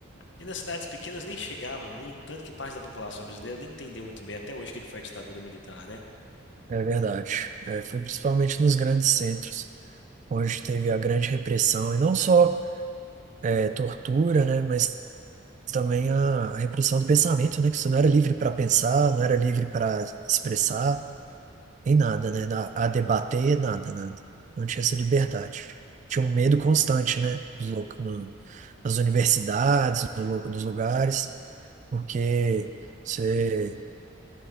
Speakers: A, on the left (about 60°); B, on the right (about 35°).
A: e nas cidades pequenas nem chegavam muito, tanto que parte da população brasileira nem entendeu muito bem até hoje o que que foi a ditadura militar, né?
B: é verdade. É, foi principalmente nos grandes centros, onde teve a grande repressão, e não só é, tortura, né? Mas também a repressão do pensamento, né? Que você não era livre para pensar, não era livre para expressar, nem nada, né? na- A debater, nada, nada. Não tinha essa liberdade. Tinha um medo constante, né? Nos lo- no- nas universidades, no lu- nos lugares, porque você